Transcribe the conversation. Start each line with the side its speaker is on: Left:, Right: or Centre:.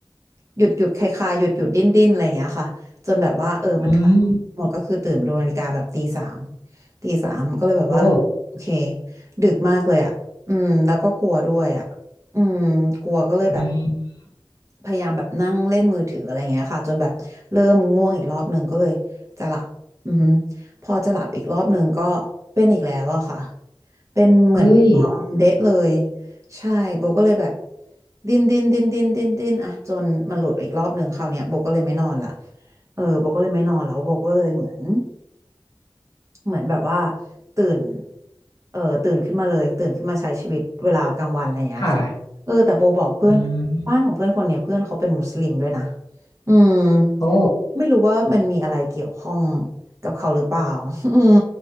Right: หยุดหยุดคลายคลายหยุดหยุดดิ้นดิ้นอะไรอย่างเงี้ยค่ะจนแบบว่าเออมันคลายหมดก็คือตื่นมาดูนาฬิกาแบบตีสาม
Left: อืม
Right: ตีสามก็เลยแบบว่าโอเค
Left: โอ้
Right: ดึกมากเลยอ่ะอืมแล้วก็กลัวด้วยอ่ะอืมกลัวก็เลยแบบ
Left: อืม
Right: พยายามแบบนั่งเล่นมือถืออะไรเงี้ยค่ะจนแบบเริ่มง่วงอีกรอบหนึ่งก็เลยจะหลับอือฮึ พอจะหลับอีกรอบหนึ่งก็เป็นอีกแล้วอะค่ะ เป็นเหมือนความเดะเลย
Left: เฮ้ย
Right: ใช่โบก็เลยแบบดิ้นดิ้นดิ้นดิ้นดิ้นดิ้นอะจนมันหลุดอีกรอบหนึ่งคราวเนี้ยโบก็เลยไม่นอนละเออโบก็เลยไม่นอนแล้วโบก็เลยเหมือนเหมือนแบบว่าตื่นเออตื่นขึ้นมาเลยตื่นขึ้นมาใช้ชีวิตเวลากลางวันอะไรอย่างเงี้ยค่ะเออแต่โบบอกเพื่อนบ้านของเพื่อนคนเนี้ยเพื่อนเขาเป็นมุสลิมด้วยนะ
Left: ค่ะอืม
Right: อืม
Left: โอ้
Right: ไม่รู้ว่ามันมีอะไรเกี่ยวข้องกับเขาหรือเปล่า <laughs> อืม